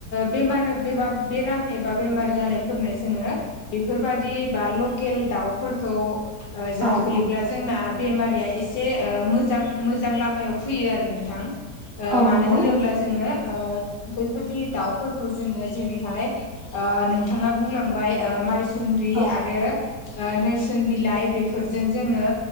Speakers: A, on the left; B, on the right.
A: बेमार बेबा बेराम एबा बेमार जानायफोरनो जोङो बेफोरबादि बा लकेल दाउफोरखौ जाहोयोब्ला
B: औ औ
A: जोंना बेमारिया एसे ओ मोजां मोजां लामायाव फैयो आरो नोंथां। ओ
B: औ
A: मानो
B: नंगौ
A: होनोब्ला जोङो ओ बेफोरदि दाउफोरखौ जोङो जेरैहाय ओ नोंथाङा बुंलांबाय ओ मायस सुन्द्रि
B: औ
A: आरो ओ नोरसोन बिलाइ बेफोरजों जोङो